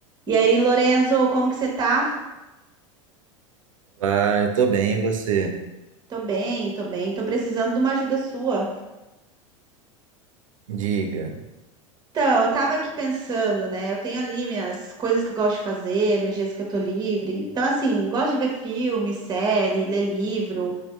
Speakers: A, on the right (about 25°); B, on the right (about 85°).
A: E aí, Lorenzo, como que você tá?
B: Ah, eu tô bem, e você?
A: Tô bem, tô bem. Tô precisando de uma ajuda sua.
B: Diga.
A: Então, eu tava aqui pensando, né? Eu tenho ali minhas coisas que eu gosto de fazer nos dias que eu tô livre. Então, assim, eu gosto de ver filme, série, ler livro.